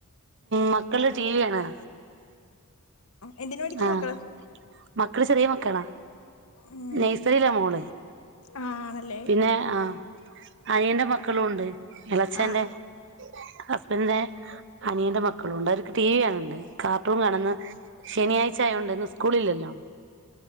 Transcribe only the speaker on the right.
മക്കള് ടി വി കാണാ
ആഹ്
മക്കള് ചെറിയ മക്കളാ
നഴ്സറില മോള്
പിന്നെ ആഹ് അനിയന്റെ മക്കളും ഉണ്ട് എളച്ചന്റെ
ഹസ്ബൻന്റെ അനിയന്റെ മക്കളുണ്ട് അവർക്ക് ടി വി ആണുണ്ട് കാർട്ടൂൺ കാണന്ന് ശനിയാഴ്ച ആയോണ്ടെ ന്ന് സ്കൂ ളില്ലല്ലോ